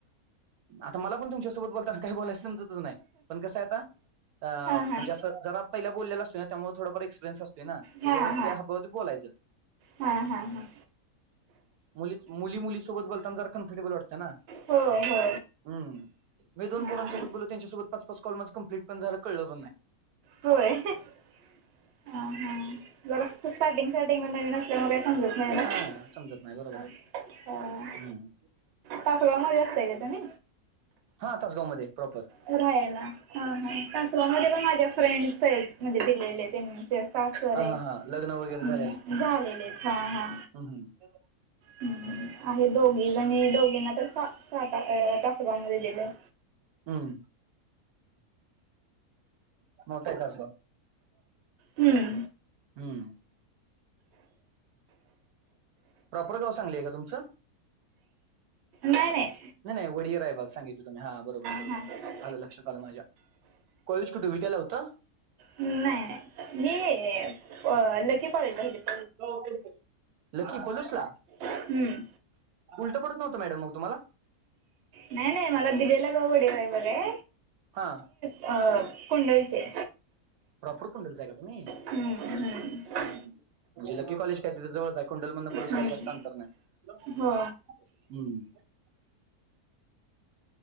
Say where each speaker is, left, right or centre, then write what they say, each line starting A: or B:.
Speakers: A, on the right; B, on the right.
A: आता मला पण तुमच्यासोबत बोलताना काही बोलायच समजतच नाही पण कसं आता अ
B: हां हां
A: म्हणजें जरा पहिला बोलले असतो ना त्यामुळे थोडाफार एक्सपिरियन्स असतोय ना
B: हां
A: त्याज्यावर
B: हां
A: त्या हप बते बोलायच
B: हां हां हां हां
A: मुलीस मुली सोबत बोलता ना जरा कम्फर्टेबल वाटततं ना.
B: हो हो
A: हम्म मी दोन
B: हां
A: पोरांसोबत बोललो त्यांच्यासोबत पाच पाच कॉल माझा कमप्लीट पण झालं कळलं पण नाय.
B: होय हा हा जरासा स्टार्टिंग स्टार्टिंग म नवीन असल्यामुळे काय समजत नाही ना
A: हा समजत नाही बरोबर
B: हा.
A: आहे हम्म
B: पाकलं म जास्त आहे गं त्यानी.
A: हा तस गाव मध्ये प्रॉपर.
B: राहायला हा हा तसलाव मध्ये पण माझ्या फ्रेंड स आहेत म्हणजे दिलेले त्यांनी त्या टास्क वर
A: हा
B: आहे
A: हा हा लग्न वगैरे
B: हम्म
A: झालेलं
B: झालेले. हा हा.
A: हम्म हम्म.
B: हम्म आहे दोघी जणी दोघींना तर सा साता तासगाव मध्ये दिलय.
A: हम्म. बहुतेक असं.
B: हम्म.
A: हम्म. प्रॉपर गाव सांगलीय आहे का तुमचं?
B: नाय नाय.
A: नाही नाही वडीर आहे बाग सांगितलं तुम्ही हा बरोबर बरोबर
B: हां
A: आलं लक्षात आलं माझ्या. कॉलेज कुठे विटयला होता.
B: नाही, नाही मी प लखी कॉलेजला होते.
A: हो तेच आहे लकी पोलीसला
B: पोलीसला
A: उलट पडत नव्हतं मॅडम मग तुम्हाला?
B: नाय, नाय मला दिलेला गवडीवाय बघाय
A: हा
B: अ, कुंडलचे
A: प्रॉपर कुंडलच हाय का तुम्ही?
B: हम्म हम्म
A: म्हणजे लकी कॉलेज काय तिथं जवळच हाय, कुंडलमधन, पलूस
B: हम्म
A: काय जास्त अंतर नाय हम्म
B: हो